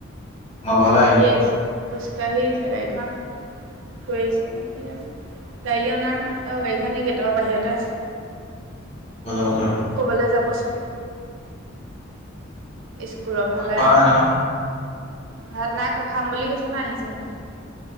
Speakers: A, on the left (about 30°); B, on the right (about 65°).
A: আমাৰ
B: খোজকাাঢ়ি
A: ঘৰলৈ আহিলে
B: আহিছে খোজকাঢ়ি জেগাখন থ আহিছে নে কি জানো গাড়ী অনা নাই অ গাড়ীখনই গেটৰ বাহিৰতে আছে।
A: যাব চাগে।
B: ক'বলৈ যাব চাগে। স্কুলৰ
A: ভাত
B: ফালে,
A: খোৱা নাই নহয়
B: ঘাত নাই খাম বুলি কৈছে ন আহিছেহে।